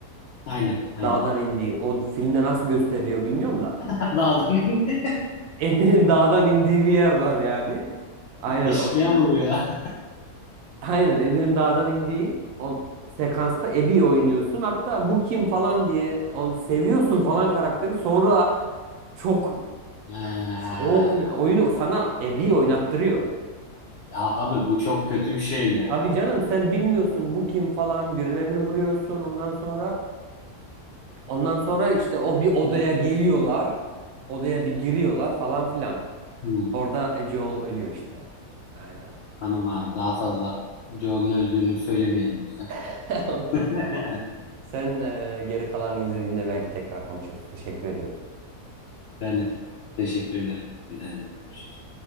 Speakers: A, on the left; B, on the right.
A: Aynen. Aynen.
B: Dağdan indiği. O filmde nasıl gösteriliyor bilmiyorum da.
A: <laughs> Dağdan indi.
B: Emir'in dağdan indiği bir yer var yani. Aynen
A: Eşkıya
B: oyunda.
A: mı bu ya?
B: Aynen Emir'in dağdan indiği o sekansta Ebi'yi oynuyorsun. Hatta bu kim falan diye onu seviyorsun falan karakteri. Sonra çok
A: Ha.
B: çok ne- oyunu sana Ebi oynattırıyor.
A: Ya abi bu çok kötü bir şey ya.
B: Abi canım sen bilmiyorsun bu kim falan birilerini vuruyorsun ondan sonra ondan sonra işte o bir odaya geliyorlar. Odaya bir giriyorlar falan filan.
A: Hmm.
B: Orada e, Joel ölüyor işte. Aynen.
A: Tamam abi daha fazla Joel'un öldüğünü söylemeyelim lütfen.
B: <laughs> Okey,
A: <laughs>
B: tamam. Sen e, geri kalanını izlediğinde belki tekrar konuşuruz. Teşekkür ediyorum.
A: Ben de teşekkür ederim. Güzel de görüşürüz.